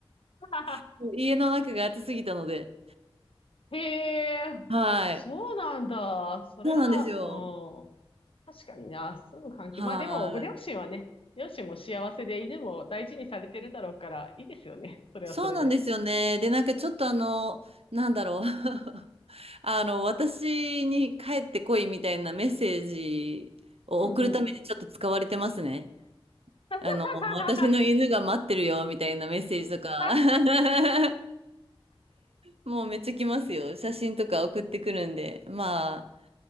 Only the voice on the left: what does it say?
<laughs>
へえ、
そうなんだ。それは、
うん。確かにな。住む環境。
まあでも、ご両親はね、両親も幸せで犬も大事にされてるだろうから、いいですよね。それはそれで。
うん、うん。<laughs>
確